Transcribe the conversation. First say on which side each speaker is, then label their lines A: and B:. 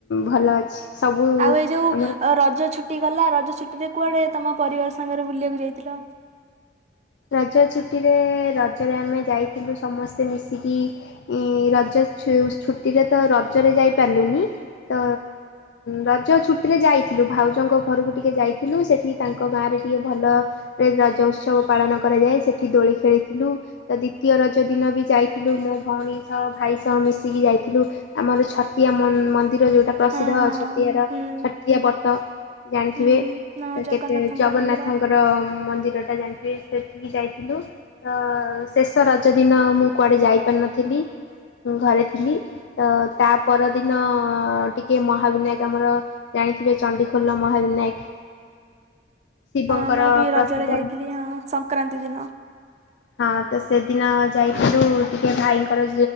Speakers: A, on the left; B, on the right.
A: ଭଲ ଅଛି। ସବୁ
B: ଆଉ ଏଇ ଯୋଉ
A: ଆମର
B: ରଜ ଛୁଟି ଗଲା ରଜ ଛୁଟି ରେ କୁଆଡେ ତମ ପରିବାର ସାଙ୍ଗରେ ବୁଲିବାକୁ ଯାଇଥିଲ?
A: ରଜ ଛୁଟିରେ ରଜରେ ଆମେ ଯାଇଥିଲୁ ସମସ୍ତେ ମିଶିକି ରଜ ଛୁଟିରେ ତ ରଜରେ ଯାଇ ପାରିଲୁନି ତ ରଜ ଛୁଟିରେ ଯାଇଥିଲୁ ଭାଉଜଙ୍କ ଘରକୁ ଟିକେ ଯାଇଥିଲୁ ସେଠି ତାଙ୍କ ଗାଁରେ ଟିକିଏ ଭଲରେ ରଜ ଉତ୍ସବ ପାଳନ କରାଯାଏ ସେଠି ଦୋଳି ଖେଳିଥିଲୁ। ତ ଦ୍ଵିତୀୟ ରଜ ଦିନ ବି ଯାଇଥିଲୁ ମୋ ଭଉଣୀ ସହ ଭାଇ ସହ ମିଶିକି ଯାଇଥିଲୁ ଆମର ଛତିଆ ମ ମନ୍ଦିର ଯୋଉଟା ପ୍ରସିଦ୍ଧ
B: ହଁ ହଁ
A: ଛତିଆର
B: ହୁଁ
A: ଛଟିଆ ବଟ ଜାଣିଥିବେ
B: ହୁଁ ହଁ ଜଗନ୍ନାଥଙ୍କ
A: କେତେ ଜଗନ୍ନାଥଙ୍କର
B: ମନ୍ଦିର
A: ମନ୍ଦିର ଟା ଜାଣି ସେ ସେଠିକି ଯାଇଥିଲୁ ତ ଶେଷ ରଜ ଦିନ ମୁଁ କୁଆଡ଼େ ଯାଇପାରିନଥିଲି। ଘରେ ଥିଲି ତ ତା ପରଦିନ ଟିକେ ମହାବିନାୟକ ଆମର ଜାଣିଥିବେ ଚଣ୍ଡିଖୋଲ ମହାବିନାୟକ। ଶିବଙ୍କର
B: ହଁ ମୁଁ ବି
A: ପ୍ରସିଦ୍ଧ
B: ରଜରେ ଯାଇଥିଲି ହଁ ସଂକ୍ରାନ୍ତି ଦିନ
A: ହଁ ତ ସେଦିନ ଯାଇଥିଲୁ ଟିକେ ଭାଇଙ୍କର